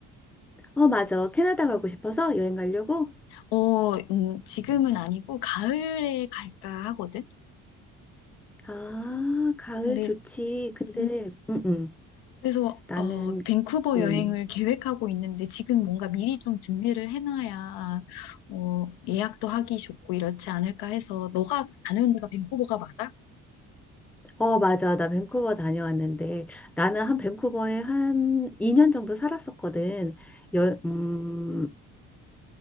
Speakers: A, in the centre; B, on the left.
A: 어, 맞아. 캐나다 가고 싶어서 여행 가려고?
B: 어, 음, 지금은 아니고 가을에 갈까 하거든?
A: 아, 가을
B: 근데,
A: 좋지. 근데,
B: 음,
A: 응, 응,
B: 그래서,
A: 나는,
B: 어, 밴쿠버
A: 응.
B: 여행을 계획하고 있는데 지금 뭔가 미리 좀 준비를 해놔야, 어, 예약도 하기 좋고 이렇지 않을까 해서, 너가 다녀온 데가 밴쿠버가 맞아?
A: 어, 맞아. 나 밴쿠버 다녀왔는데, 나는 한 밴쿠버에 한 2년 정도 살았었거든. 여, 음,